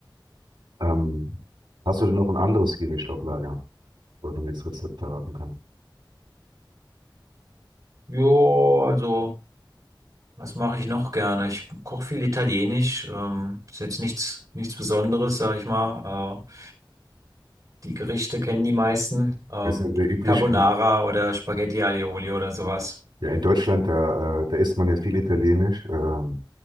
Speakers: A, on the right; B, on the right.
A: Ähm, hast du denn noch ein anderes Gericht auf Lager, wo du mir das Rezept verraten kannst?
B: Jo, also, was mache ich noch gerne? Ich koche viel Italienisch. Ähm, ist jetzt nichts, nichts Besonderes, sag ich mal. Äh, Die Gerichte kennen die meisten. Ähm,
A: Das ist ja sehr üblich
B: Carbonara
A: in,
B: oder Spaghetti Aioli oder sowas.
A: ja, in Deutschland, da, äh, da isst man ja viel Italienisch. Ähm,